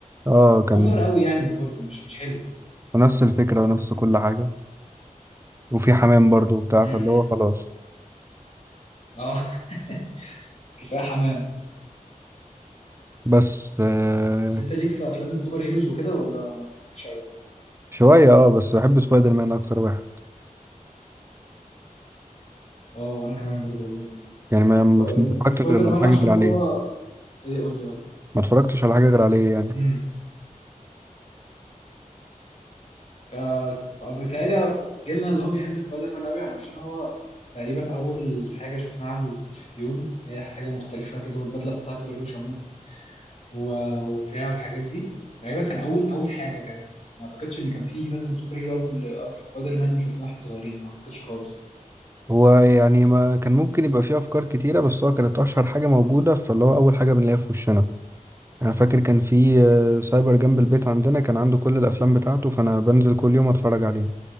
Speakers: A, on the right (about 20°); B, on the left (about 50°).
A: اه كان
B: اوفر قوي يعني برضه مش مش حلو
A: ونفس الفكرة ونفس كل حاجة وفي حمام برضو وبتاع
B: مم.
A: فاللي هو خلاص
B: اه <laughs> كفايه حمام
A: بس آه
B: بس انت ليك في افلام السوبر هيروز وكده ولا ولا مش قوي
A: شوية اه بس بحب سبايدر مان اكتر واحد
B: اه وانا كمان برضه والله
A: يعني ما ما
B: بقى ال-
A: اتفرجتش
B: سبايدر
A: غير على
B: مان عشان
A: حاجة غير عليه
B: هو ايه قول لي قول لي
A: ما اتفرجتش على حاجة غير عليه يعني
B: امم آه بتهيألي جيلنا اللي هو بيحب سبايدر مان قوي علشان هو تقريبا اول حاجه شفناها على التلفزيون هي حاجه مختلفه كده والبدله بتاعته اللي هو شموت و- وبتاع والحاجات دي تقريبا كان اول اول حاجه يعني. ما اعتقدش ان كان فيه مثلا سوبر هيرو قبل قبل سبايدر مان شفناه واحنا صغيرين ما اعتقدش خالص
A: هو يعني ما كان ممكن يبقى فيه أفكار كتيرة بس هو كانت أشهر حاجة موجودة فاللي هو أول حاجة بنلاقيها في وشنا أنا فاكر كان في آه، سايبر جنب البيت عندنا كان عنده كل الأفلام بتاعته فأنا بنزل كل يوم أتفرج عليه